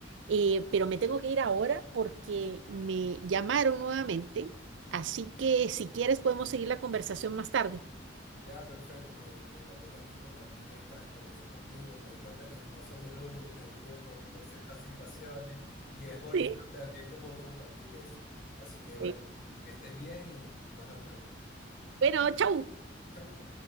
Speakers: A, on the right; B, on the left.
A: Eh, pero me tengo que ir ahora porque me llamaron nuevamente, así que si quieres podemos seguir la conversación más tarde.
B: Ya, perfecto. Me, me encantó también compartir estas experiencias contigo. Me doy cuenta que no soy el único que ha vivido por, por ciertas situaciones y es bonito
A: Sí,
B: también como compartir eso. Así que bueno,
A: sí.
B: que estés bien y nos vemos luego.
A: Bueno, chau.
B: Chau.